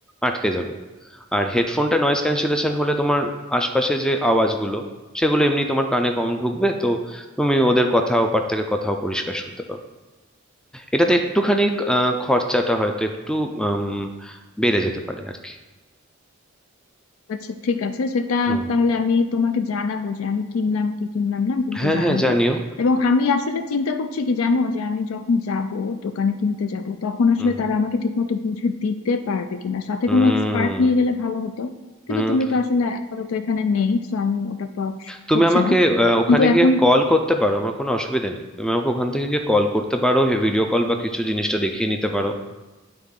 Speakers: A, in the centre; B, on the left.
A: আটকে যাবে আর হেডফোনটা নয়েজ ক্যান্সেলেশন হলে তোমার আশপাশে যে আওয়াজগুলো সেগুলো এমনি তোমার কানে কম ঢুকবে তো তুমি ওদের কথা ওপার থেকে কথাও পরিষ্কার শুনতে পাবে এটাতে একটুখানি আহ, খরচাটা হয়তো একটু উম, বেড়ে যেতে পারে আর কি
B: আচ্ছা ঠিক আছে সেটা
A: হুম
B: তাহলে আমি তোমাকে জানাবো যে আমি কিনলাম কি কিনলাম না আমি তোমাকে
A: হ্যাঁ
B: জানাবো
A: হ্যাঁ জানিও
B: এবং আমি আসলে চিন্তা করছি কি জানো যে আমি যখন যাব দোকানে কিনতে যাব তখন আসলে
A: হুম
B: তারা আমাকে ঠিকমতো বুঝে দিতে পারবে কিনা সাথে
A: হুম
B: কোনো এক্সপার্ট নিয়ে গেলে ভালো হতো কিন্তু
A: হুম
B: তুমি তো আসলে আপাতত এখানে নেই সো আমি ওটা পাওয়া
A: তুমি
B: হচ্ছে
A: আমাকে
B: না
A: আহ, ওখানে
B: কিন্তু এখন
A: গিয়ে কল করতে পারো আমার কোনো অসুবিধা নেই তুমি আমাকে ওখান থেকে গিয়ে কল করতে পারো ভিডিও কল বা কিছু জিনিসটা দেখিয়ে নিতে পারো